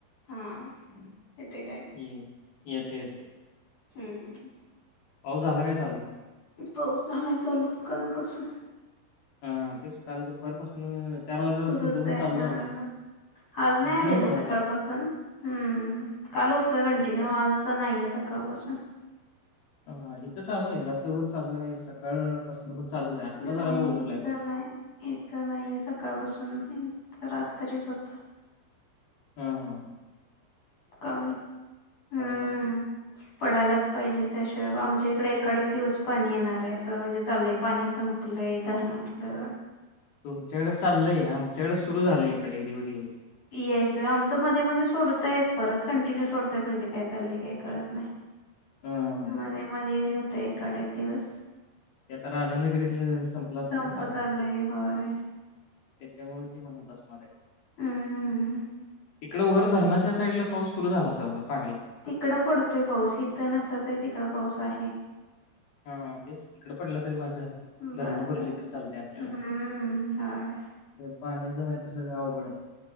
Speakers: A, on the left (about 45°); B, on the left (about 60°).
A: हा. येते काय
B: ये येत येत
A: हम्म.
B: पाऊस झाला काय चालू?
A: पाऊस झालाय चालू कालपासून.
B: अ, तेच काल दुपारपासून वाजल्यापासून
A: <unintelligible>
B: इथं पण चालू
A: हा
B: झालाय.
A: आज नाही
B: कंटिन्यू
A: आलेला
B: पडतोय
A: सकाळपासून,
B: आता.
A: हम्म काल होत कंटिन्यू
B: अच्छा.
A: आज नाहीये सक कापासून
B: हा हिथ चालू हाय रात्रभर चालूय सकाळ पाासन पण चालूच आहे. आत्ता
A: नाही
B: जरासा उघडलाय
A: इथ
B: बघ.
A: नाही इथं नाहीये सकाळपासून. रात्रीच होता
B: हा हम हा <inaudible>
A: काल हम्म
B: वाटतंय.
A: पडायलाच पाहिजे. त्याशिवाय आमच्या इकडे एक आड एक दिवस पाणी येणार आहे असं म्हणजे चाललंय पाणी संपलंय धरणातलं
B: तुमच्याकडे चालय आमच्याकडे सुरु झालंय ईकडे एक दिवस यायचं
A: यायचं आमचं मध्ये मध्ये सोडताय परत कंटिन्यू सोडतायत. म्हणजे काय चाललेय काय कळत नाही.
B: हां, हां, हां,
A: मध्ये
B: हां.
A: मध्ये होत एक आड एक दिवस
B: ते आता राधानगरीत संपलं असेल
A: संपत
B: ना पाणी
A: आलंय होय
B: त्याच्यामुळे
A: हम्म
B: इकडे वर धरणाच्या साईड ला पाऊस सुरू झाला असल चांगला
A: तिकडं पडतोय पाऊस इथं नसला तरी तिकडं पाऊस आहे.
B: हा तेच तिकड पडलं तर झाले धरण
A: बस
B: भरली
A: झालं.
B: तरी चालत आपल्याला
A: हम्म होय
B: पाण्याच नाही अवघड आहे.